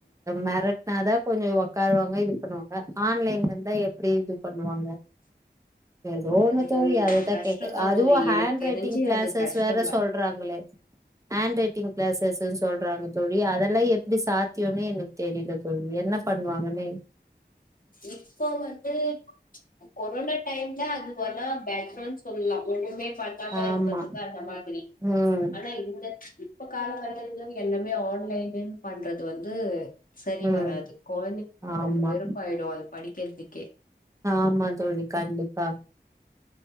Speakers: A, on the right; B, on the left.
A: மெரட்னாதா கொஞ்சோ உக்காருவாங்க இது பண்ணுவாங்க ஆன்லைன்ல இருந்தா எப்படி இது பண்ணுவாங்க
B: <inaudible>
A: ஏதோ ஒன்னு
B: அதுதா
A: தோழி அதைதா
B: கஷ்டந்தா
A: கேக்க அதுவு
B: தோழி
A: ஹேண்ட்
B: எனக்கு தெரிஞ்சு
A: ரைட்டிங் க்ளாஸஸ்
B: அது கஷ்டந்தா
A: வேற சொ ல்றாங்களே ஹேண்ட் ரைட்டிங் க்ளாஸஸ்ன் சொல்றாங்க தோழி அதெல்லா எப்டி சாத்தியனு எனக்கு தெரியல தோழி என்ன பண்ணுவாங்கன்னே
B: இப்போ வந்து கொரோனா டைம்ல அது வலா பேக்ரோனு சொல்லலா ஒண்ணுமே பண்ணாம
A: ஆமா
B: இருக்கிறதுக்கு அந்த மாதிரி
A: ம்
B: ஆனா இந்த இப்ப காலகட்டத்துல எல்லாமே ஆன்லைனுன் பண்றது வந்து சரி
A: ம்
B: வராது கொழந்தைங்க
A: ஆமா
B: கொஞ்ச வெருப்பாயிடு அது படிக்கிறதுக்கே
A: ஆமாந் தோழி கண்டிப்பா